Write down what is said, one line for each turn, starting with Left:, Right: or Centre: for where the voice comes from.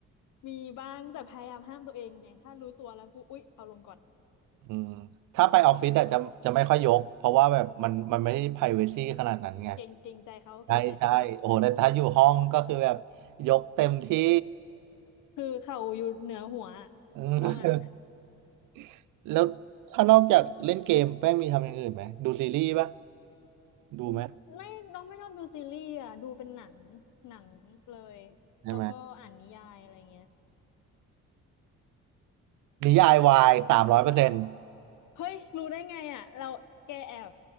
Left: มีบ้างแต่พยายามห้ามตัวเองไงถ้ารู้ตัวแล้วปุ๊บอุ๊ยเอาลงก่อน
Right: อืมถ้าไปออฟฟิศแต่จะจะไม่ค่อยยกเพราะว่าแบบมันมันไม่ได้ privacy ขนาดนั้นไง
Left: เก่งเก่งใจเขาเก่งใจเขา
Right: ใช่ใช่โอ้โหแต่ถ้าอยู่ห้องก็คือแบบยกเต็มที่
Left: คือเขาอยู่เหนือหัวอะ
Right: อืม
Left: น้องอ่ะ
Right: <laughs> แล้วถ้านอกจากเล่นเกมแป้งมีทำอย่างอื่นไหมดูซีรีส์ปะดูไหม
Left: อืมไม่น้องไม่ชอบดูซีรีส์อ่ะดูเป็นหนังหนังเลย
Right: ใช่ไหม
Left: แล้วก็อ่านนิยายอะไรเงี้ย
Right: นิยายวายสามร้อยเปอร์เซ็นต์
Left: เฮ้ยรู้ได้ไงอ่ะเราแกแอบ